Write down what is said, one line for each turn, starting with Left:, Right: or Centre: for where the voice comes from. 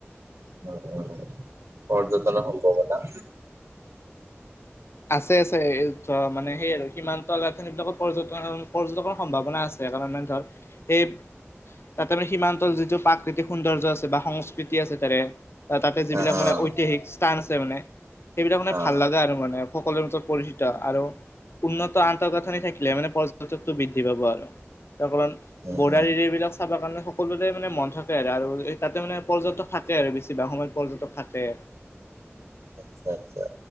Right: উ উ উ পৰ্যতন সম্ভাৱনা
Left: আছে আছে ধ মানে সেই আৰু সীমান্ত গঠনিবিলকত পৰযটন পৰ্যটকৰ সম্ভাৱনা আছে। সেইকাৰণ ধৰ সেই তাতে মানে সীমান্তৰ যিটো প্ৰাকৃতিক সৌন্দৰ্য আছে বা সংস্কৃতি আছে তাৰে অ তাতে যিবিলাক
Right: অ', অ',
Left: মানে ঐতিহাসিক স্থান আছে মানে সেইবিলাক মানে
Right: অ',
Left: ভাল লাগা আৰু মানে, সকলোৰে ওচৰত পৰিচিত আৰু উন্নত আন্তঃগাঁথনি থাকিলে মানে পৰ্যটকটো বৃদ্ধি পাব আৰু, তাৰপণ
Right: উম,
Left: বৰ্ডাৰ
Right: উম,
Left: এৰিয়া এই বিলাক চাবৰ কাৰণে সকলোৰে মানে মন থাকে আৰু আৰু তাতে মানে পৰ্যটক, থাকে আৰু বেছিভাগ সময়ত পৰ্যটক থাকে।
Right: আচ্চ্ছা আচ্ছা।